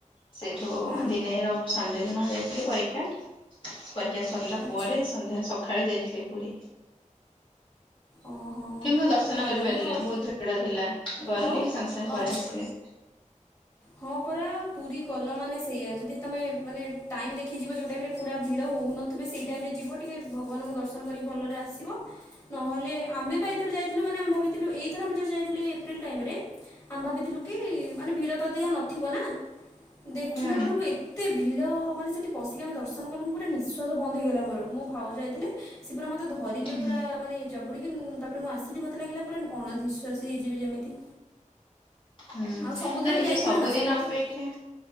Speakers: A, on the left (about 40°); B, on the left (about 25°).
A: ସେଇଠୁ
B: ହଁ
A: ଦିନେ ର ସଣ୍ଡେ ଦିନ ଯାଇଥିଲି ପରୀକ୍ଷା। ପରୀକ୍ଷା ସରଲା
B: ଆଚ୍ଛା
A: ପରେ ସନ୍ଧ୍ୟା ସଖାଳେ ଯାଇଥିଲି ପୁରୀ।
B: ଓହୋ
A: କିନ୍ତୁ ଦର୍ଶନ
B: ଭଲ
A: କରିପାରିଲିନି
B: ହେଲା ଆଉ
A: ବହୁତ ଭିଡ଼ ଥିଲା ଗଲି
B: ଆଉ
A: ସାଙ୍ଗେ ସାଙ୍ଗେ ପଳେଇ
B: ଆଚ୍ଛା
A: ଆସଥିଲି।
B: ହଁ ପରା‌ ପୁରୀ ଗଲ ମାନେ ସେଇଆ ଯଦି ତମେ ମାନେ ଟାଇମ ଦେଖିକି ଯିବ ଯୋଉ ଟାଇମ ରେ ପୁରା ଭିଡ଼ ହଉନ ଥୁବେ ସେଇ ଟାଇମ୍ ରେ ଯିବ ଟିକେ ଭଗବାନଙ୍କ ଦର୍ଶନ କରି ଭଲରେ ଆସିବ। ନହେଲେ ଆମେ ପା ଏଇଥର ଯାଇଥିଲୁ ମାନେ ଆମେ ଭାବିଥିଲୁ ଏଇଥର ଆମେ ଯୋଉ ଯାଇଥିଲି ଏପ୍ରିଲ ଟାଇମ ରେ ଆମେ ଭାବିଥିଲୁ କି ମାନେ ଭିଡ ତ ଅଧିକ ନଥିବ ନା? ଦେଖିଲା
A: ହୁଁ
B: ବେଳକୁ ଏତେ ଭିଡ ମାନେ ସେଠି ପଶିକି ଆମେ ଦର୍ଶନ କଲୁ ମୁଁ ପୁରା ନିଶ୍ଵାସ ବନ୍ଦ ହେଇଗଲା ମୋର ମୋ ଭାଉ ଯାଇଥିଲେ ସେଏ ପୁରା ମତେ ଧରିଲେ
A: ହୁଁ
B: ପୁରା ମାନେ ଜାବୁଡିକି ତାପରେ ମୁଁ ଆସିଲି ମତେ ଲାଗିଲା ପୁରା ଅଣନିଃଶ୍ବାସୀ ହେଇଯିବି ଯେମିତି
A: ହୁଁ
B: ଆଉ ସମୁଦ୍ରକୁ
A: ନା ଟିକେ
B: ଯାଇଥିଲ
A: ସବୁଦିନ
B: ନା ସମୁଦ୍ର
A: ଅପେକ୍ଷା